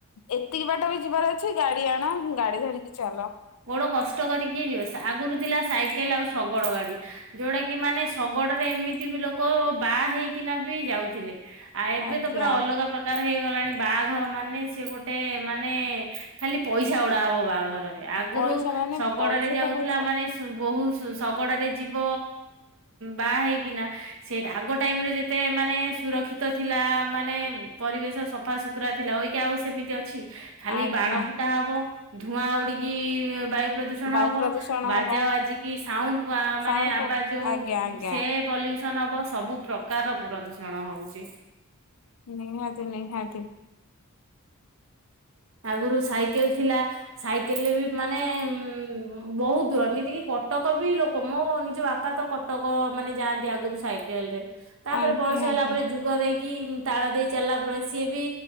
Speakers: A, on the left; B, on the right.
A: ଏତିକି ବାଟ ବି ଯିବାର ଅଛି ଗାଡି ଆଣ ଗାଡି ଧରିକି ଚାଲ।
B: ଗୋଡ କଷ୍ଟ କରି କିଏ ଯିବ ଆଗୁରୁ ଥିଲା ସାଇକେଲ୍ ଆଉ ଶଗଡ ଗାଡି। ଯଉଟା କି ମାନେ ଶଗଡରେ ଏମିତି ବି ଲୋକ ବାହା ହେଇକିନା ବି ଯାଉଥିଲେ। ଆ ଏବେ
A: ଆଜ୍ଞା
B: ତ ପୁରା ଅଲଗା ପ୍ରକ୍ ଉପକାର ହେଇଗଲାଣି ବାହାଘର ମାନେ ସିଏ ଗୋଟେ ମାନେ ଖାଲି ପଇସା ଉଡା ହବ ବାହାଘରରେ। ଆଗୁରୁ
A: ପଇସା ମାନେ
B: ଶଗଡରେ
A: ପଇସା
B: ଯାଉଥିଲା
A: ତ ପଇସା।
B: ମାନେ ସେ ବହୂ ଶ-ଶଗଡ଼ରେ ଯିବ ବାହା ହେଇକିନା ସେ ଆଗ ଟାଇମ୍ ରେ ଯେତେ ମାନେ ସୁରକ୍ଷିତ ଥିଲା ମାନେ ପରିବେଶ ସଫାସୁତୁରା ଥିଲା ଅଇକା ଆଉ ସେମିତି ଅଛି ଖାଲି
A: ଆଜ୍ଞା
B: ବାଣ ଫୁଟା ହବ ଧୂଆଁ ଉଡିକି ବାୟୁ ପ୍ରଦୂଷଣ
A: ବାୟୁ
B: ହବ।
A: ପ୍ରଦୂଷଣ
B: ବାଜା
A: ହବ
B: ବାଜିକି ସାଉଣ୍ଡ୍ ବ-ମାନେ
A: ସାଉଣ୍ଡ ପ
B: ଆବାଜ ଯଉ
A: ଆଜ୍ଞା ଆଜ୍ଞା।
B: ସେ ପଲ୍ୟୁସନ୍ ହବ ସବୁ ପ୍ରକାରର ପ୍ରଦୂଷଣ ହଉଚି।
A: ନିହାତି -ନିହାତି।
B: ଆଗୁରୁ ସାଇକେଲ୍ ଥିଲା ସାଇକେଲ୍ ରେ ବି ମାନେ ଉଁ ବହୁତ୍ ଦୂର ଏମିତିକି କଟକ ବି ଲୋକ ମୋ ନିଜ ବାପା ତ କଟକ ମାନେ ଯାଆନ୍ତି ଆଗୁରୁ ସାଇ କେଲ୍ ରେ ତାପରେ
A: ଆଜ୍ଞା
B: ବୟସ ହେଲା
A: ଆଜ୍ଞା
B: ପରେ ଯୁଗ ଦେଇକି ତାଳ ଦେଇ ଚାଲିଲା ପରେ ସିଏ ବି